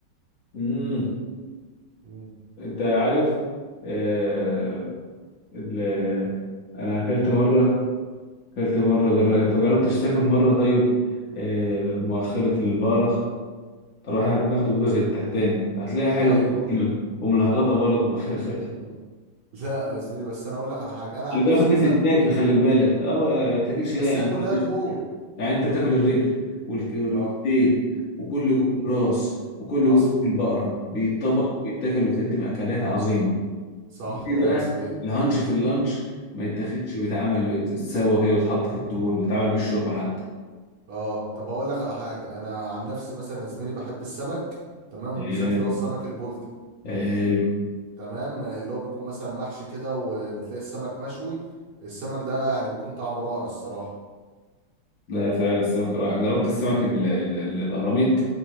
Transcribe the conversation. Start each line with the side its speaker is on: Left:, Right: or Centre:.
Left: مم.
Right: مم.
Left: أنت عارف آه... ال... أنا أكلت مرة أكلت مرة جر... أنت مجربتش تاكل مرة طيب آه... مؤخرة البقرة طب إحنا بناخد الجزء التحتاني هتلاقي حلوة
Right: ايوه
Left: ومسلمة وملهلطة برضه
Right: مم.
Left: <laughs>
Right: لا يا زميلي بس انا اقول لك على حاجه انا
Left: خلي
Right: عن
Left: بالك
Right: نفسي
Left: ممكن
Right: مثلا
Left: تتاكل خلي بالك أه ما تاكلش ليه
Right: بس
Left: يا
Right: هي
Left: عم
Right: كلها دهون
Left: يعني انت بتاكل الرجل والك- والديل
Right: اه
Left: وكل
Right: امم
Left: جزء الراس وكل
Right: حصل
Left: جزء في البقره بيتطبخ
Right: امم
Left: ويتاكل ويتقدم اكلات عظيمه
Right: صح
Left: ليه
Right: كلامك
Left: بقى
Right: سليم
Left: الهانش في اللانش ما يتاخدش
Right: امم
Left: ويتعمل يتسوى كده ويتحط في الدهون ويتعمل بالشرب حتى
Right: اه طب هقول لك على حاجه انا عن نفسي مثلا يا زميلي بحب السمك تمام وبالذات
Left: حلو
Right: اللي هو السمك البلطي
Left: حلو.
Right: تمام آه، اللي هو بيكون مثلا محشي كده وبتلاقي السمك مشوي السمك ده يعني بيكون طعمه رائع الصراحه
Left: لا فعلا السمك رائع جربت السمك ال- ال- ال- القراميط